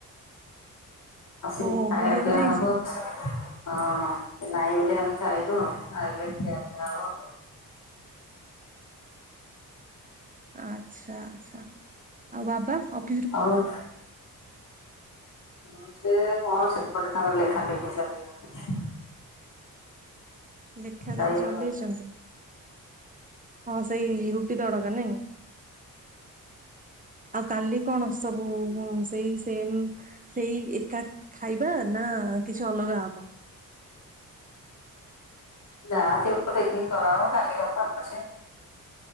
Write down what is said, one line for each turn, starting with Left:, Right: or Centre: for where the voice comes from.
Left: ଆସନି
Right: ଓହୋ
Left: ଖାଇବା
Right: ବୁଲିବାକୁ
Left: ପିଇବା
Right: ଯାଇଛି
Left: ହବ ହଁ ସେ ନାଇଁ ବୋଲି ଆମେ ଖାଇନୁ ଆଉ ସେ ଆଇଲେ ଖିଆପିଆ ହବ।
Right: ଆଚ୍ଛା ଆଚ୍ଛା ଆଉ ବାବା ଅପ୍
Left: ଆଉ ହଁ ସେ କଣ ସେପଟେ ତାଙ୍କର ଲେଖା ଲେଖି ଚଲେଇଚନ୍ତି।
Right: ଲେଖା
Left: ଖାଇବେ
Right: ଲେଖି ଚଲେଇଚନ୍ତି?
Left: ଆଉ।
Right: ହଁ ସେଇ ରୁଟି ତଡକା ନେଇଁ? ଆଉ କାଲି କଣ ସବୁ ଉ ଉ ମ ସ୍ ସେଇ ସେମ ସେଇ ଏକା ଖାଇବା ନା କିଛି ଅଲଗା ହବ?
Left: ଯାହାଥିବ ଦେଖିକି କରାହବ କାଲି କଥା ଅଛି ଆଉ।